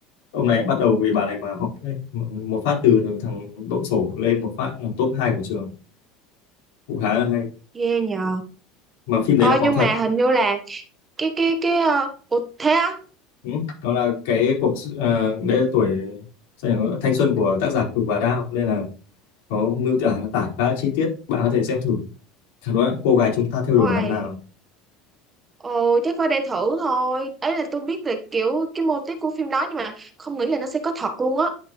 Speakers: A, on the left (about 85°); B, on the right (about 20°).
A: ông này bắt đầu vì bà này mà học đấy một phát từ thằng độn sổ lên một phát là top 2 của trường cũng khá là hay
B: Ghê nhờ
A: mà phim
B: ờ
A: đấy là có
B: nhưng
A: thật
B: mà hình như là cái cái cái ờ, ủa thế á
A: ừ. đó là cái cuộc sự- à, đấy là tuổi sao nhỉ, thanh xuân của tác giả Cửu và Đao nên là nó mưu tả tả khá chi tiết bạn có thể xem thử thật đó cô gái chúng ta theo
B: Oài,
A: đuổi năm nào
B: ồ chắc phải để thử thôi. Ấy là tôi biết là kiểu cái mô típ của phim đó nhưng mà không nghĩ là nó sẽ có thật luôn á.